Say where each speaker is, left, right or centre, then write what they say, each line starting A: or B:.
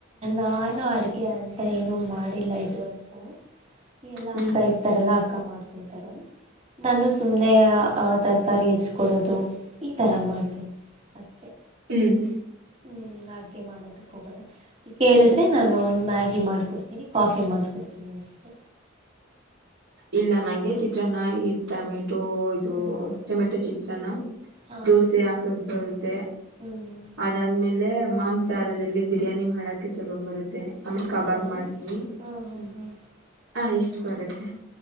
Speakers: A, on the right; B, on the right.
A: ನಾನು ಅಡಿಗೆ ಅಂತ ಏನು ಮಾಡಿಲ್ಲ ಇದುವರೆಗೂ ಎಲ್ಲಾ
B: ಹ್ಮ್
A: ಅಕ್ಕ ಇರ್ತಾರಲ್ಲ ಅ ಮಾಡ್ಕೊತಾರೆ ನಾನು ಸುಮ್ನೆ ತರಕಾರಿ ಹೆಚ್ ಕೊೊಡೋದು ಈ ತರ ಮಾಡ್ತೀನಿ ಅಷ್ಟೇ
B: ಹ್ಮ್
A: ಹ್ಮ್ ಅಡಗೆ ಮಾಡೋದಕ್ ಹೋಗಲ್ಲ ಈ ಕೇಳಿದ್ರೆ ನಾನು ಒಂದ ಮ್ಯಾಗಿ ಮಾಡ್ಕೊಡ್ತೀನಿ ಕಾಫಿ ಮಾಡ್ಕೊಡ್ತೀನಿ ಅಷ್ಟೆ
B: ಇಲ್ಲ ನಂಗೆ ಚಿತ್ರನ್ನ ಇಡ್ತ ಮ ಅದು ಇದು
A: ಹ್ಮ್
B: ಟೊಮೆಟೊ ಚಿತ್ರನ
A: ಹಾ
B: ದೋಸೆ
A: ಹಾ
B: ಹಾಕಕ್ ಬರುತ್ತೆ
A: ಹ್ಮ್ ಹ್ಮ್
B: ಅದಾದ್ಮೇಲೆ ಮಾಂಸಾಹಾರದಲ್ಲಿ
A: ಹ್ಮ್
B: ಬಿರಿಯಾನಿ ನೀ್ ಮಾಡಾಕಕ್ಕೆ ಸ್ವಲ್ಪ ಬರುತ್ತೆ ಮತ್ತೆ
A: ಹೌದಾ
B: ಆಮೇಲೆ ಕಬಾಬ್ ಮಾಡ್ತೀನಿ
A: ಹಾ ಹಾ
B: ಹ್ಮ್
A: ಹಾ
B: ಹಾ ಇಷ್ಟು ಬರುತ್ತೆ